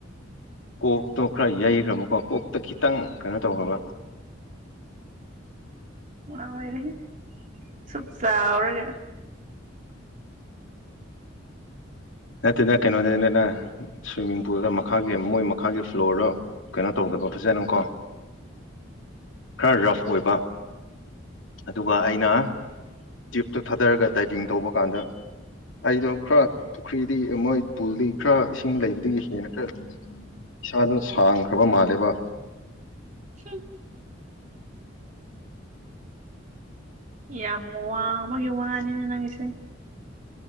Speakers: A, on the left; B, on the right.
A: ꯀꯣꯛꯇꯣ ꯈꯔ ꯌꯩꯈ꯭ꯔꯕꯀꯣ ꯀꯣꯛꯇ ꯈꯤꯇꯪ ꯀꯩꯅꯣ ꯇꯧꯈ꯭ꯔꯕ
B: ꯔ ꯆꯞ ꯆꯎꯔꯒ
A: ꯅꯠꯇꯅ ꯀꯩꯅꯣꯗ ꯅꯅ ꯁ꯭ꯋꯤꯃꯤꯡ ꯄꯨꯜꯗ ꯃꯈꯥꯒꯤ ꯃꯣꯏ ꯃꯈꯥꯒꯤ ꯐ꯭ꯂꯣꯔꯗꯣ ꯀꯩꯅꯣ ꯇꯧꯗꯕ ꯐꯖꯅꯀꯣ ꯈꯔ ꯔꯐ ꯑꯣꯏꯕ ꯑꯗꯨꯒ ꯑꯩꯅ ꯖꯤꯞꯇꯨ ꯊꯥꯗꯔꯒ ꯗꯥꯏꯚꯡ ꯇꯧꯕ ꯀꯥꯟꯗ ꯑꯩꯗꯣ ꯈꯔ ꯄꯨꯈ꯭ꯔꯤꯗꯤ ꯃꯣꯏ ꯄꯨꯜꯗꯤ ꯈꯔ ꯏꯁꯤꯡ ꯂꯩꯕꯗꯒꯤ ꯍꯦꯟꯅ ꯈꯔ ꯏꯁꯥꯗ ꯁꯥꯡꯈ꯭ꯔꯕ ꯃꯥꯜꯂꯦꯕ
B: ꯁꯤ ꯌꯥꯝꯃ ꯋꯥ ꯑꯃꯒꯤꯒꯤ ꯋꯥꯅꯤꯅ ꯅꯪꯤꯁꯦ